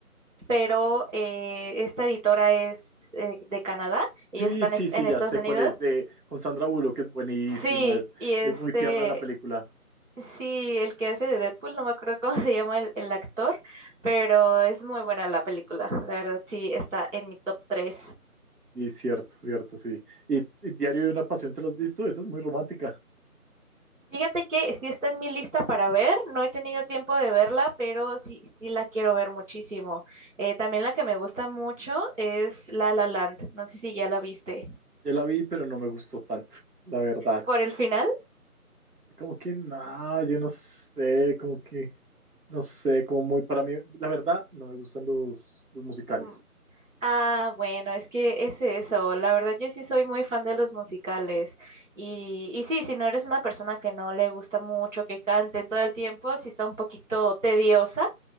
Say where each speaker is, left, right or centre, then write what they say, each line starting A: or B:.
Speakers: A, on the right (about 55°); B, on the right (about 85°).
A: pero eh, esta editora es eh, de Canadá. Ellos
B: Sí,
A: están
B: sí,
A: est-
B: sí,
A: en Estados
B: ya sé
A: Unidos.
B: cuál es de con Sandra Bullock, que es buenísima,
A: Sí,
B: es,
A: y este,
B: es muy tierna la película.
A: sí, el que hace de Deadpool, no me acuerdo cómo se llama el, el actor, pero es muy buena la película. La verdad, sí, está en mi top tres
B: Y cierto, cierto, sí. Y, y Diario de una Pasión, ¿te lo has visto? Esa es muy romántica.
A: Fíjate que sí está en mi lista para ver, no he tenido tiempo de verla, pero sí, sí la quiero ver muchísimo. Eh, también la que me gusta mucho es La La Land, no sé si ya la viste.
B: Ya la vi, pero no me gustó tanto, la verdad.
A: ¿Por el final?
B: Como que nada, yo no sé, como que, no sé, como muy para mí, la verdad, no me gustan los, los musicales.
A: Mm. Ah, bueno, es que es eso, la verdad yo sí soy muy fan de los musicales y, y sí, si no eres una persona que no le gusta mucho que canten todo el tiempo, sí está un poquito tediosa,